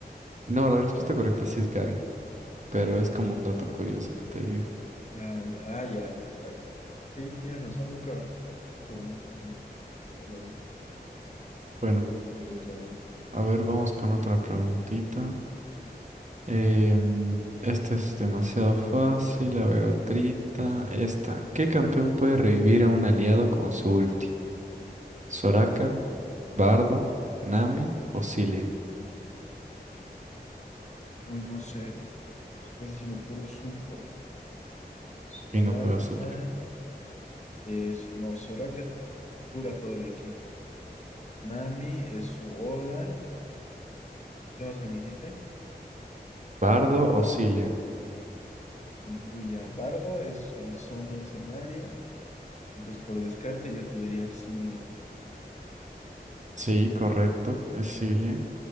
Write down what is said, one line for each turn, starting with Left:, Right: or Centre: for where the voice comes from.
Right: No, la respuesta correcta sí es Garen, pero
Left: Ay,
Right: es
Left: ay,
Right: como
Left: ay.
Right: un dato curioso que te digo.
Left: Ya, ya, ah, ya, ya, está bien. Sí, tienes razón, nunca, nunca me, me puse a escuchar la verdad,
Right: Bueno.
Left: el, el de Jarn.
Right: A ver, vamos con otra preguntita. Em, esta es demasiado fácil. A ver, otrita. Esta. ¿Qué campeón puede revivir a un aliado con su ulti? ¿Soraka, Bardo, Nami o Zilean?
Left: Uy, no sé, me estás diciendo puro support. Soraka
Right: Y no juega support.
Left: es, no, Soraka cura todo el equipo. Nami es su ola. ¿Qué más me dijiste?
Right: ¿Bardo o Zilean?
Left: Luya Bardo es el Sonia Cenaria. Entonces, por descarte, yo te diría Cillian.
Right: Sí, correcto. Es Zilean.